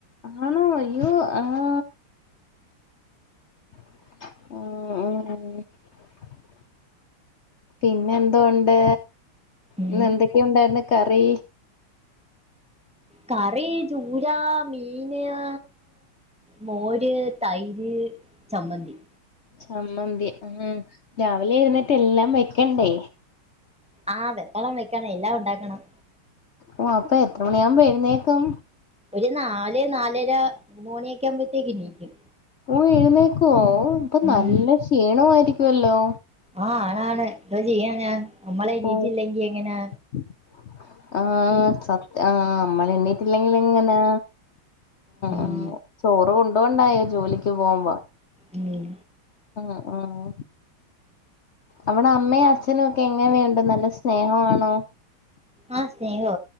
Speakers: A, on the left; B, in the centre.
A: ആണോ അയ്യോ ആഹ് ആഹ് ആഹ് പിന്നെന്തോണ്ട്
B: ഉം
A: ഇന്ന് എന്തൊക്കെയുണ്ടായിരുന്ന് കറി
B: കറി ചൂരാ മീനാ മോര് തൈര് ചമ്മന്തി
A: ചമ്മന്തി ഉം രാവിലെ എഴുനേറ്റ് എല്ലാം വെക്കണ്ടേ
B: ആ വെക്കണം വെക്കണം എല്ലാം ഉണ്ടാക്കണം
A: ഓ അപ്പൊ എത്ര മണിയാകുമ്പോ എഴുന്നേക്കും
B: ഒരു നാല് നാലര മൂന്ന് മണിയൊക്കെ ആകുമ്പോഴത്തേക്ക് എണീക്കും
A: ഓ എഴുന്നേക്കുവോ ഇപ്പൊ
B: ഉം
A: നല്ല ക്ഷീണം ആയിരിക്കുവല്ലോ
B: ആ ആണ് ആണ് എന്താ ചെയ്യാനാ നമ്മളെ എണീട്ടില്ലെങ്കി
A: ഓ
B: എങ്ങനാ
A: <inaudible> ആഹ് ആഹ് സത്യാ ആഹ് നമ്മൾ എണ്ണീട്ടില്ലെങ്കിൽ എങ്ങനാ
B: ഉം
A: ആ ചോറ് കൊണ്ടൊണ്ടായോ ജോലിക്ക് പോകുമ്പോ?
B: ഉം
A: ആഹ് ആഹ് അവിടെ അമ്മയും അച്ഛനും ഒക്കെ എങ്ങനെയുണ്ട് നല്ല സ്നേഹമാണോ?
B: ആ സ്നേഹാ